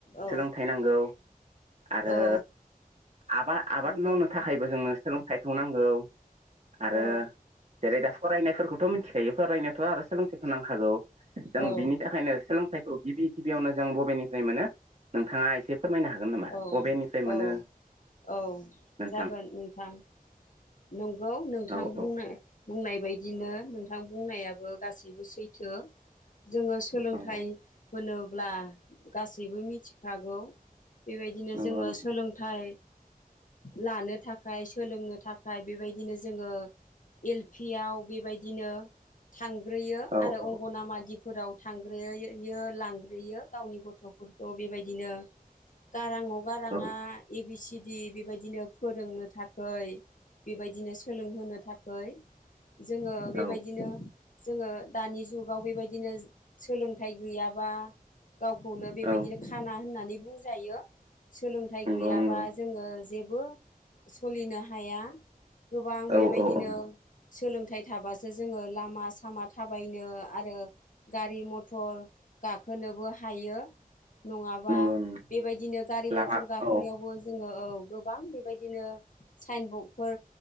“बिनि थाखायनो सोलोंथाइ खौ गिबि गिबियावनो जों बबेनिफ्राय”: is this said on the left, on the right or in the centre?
Right